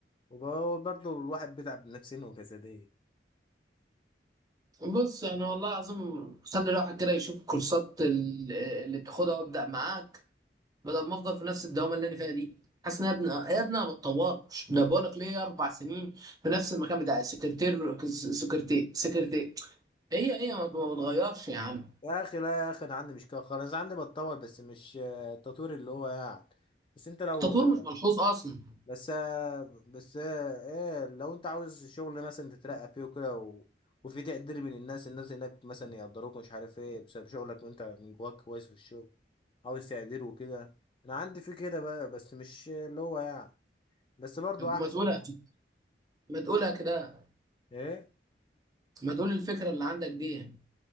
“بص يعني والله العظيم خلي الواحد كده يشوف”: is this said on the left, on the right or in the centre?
Right